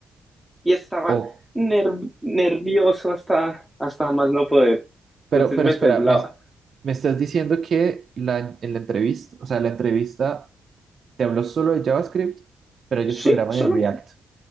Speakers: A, in the centre; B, on the right (about 50°).
A: y estaba
B: ok.
A: ner- nervioso hasta, hasta más no poder.
B: Pero,
A: Entonces
B: pero
A: me
B: espera,
A: temblaba.
B: me, me estás diciendo que la, en la entrevista, o sea, la entrevista te habló solo de JavaScript, pero ellos
A: Sí,
B: programan
A: solo
B: en React.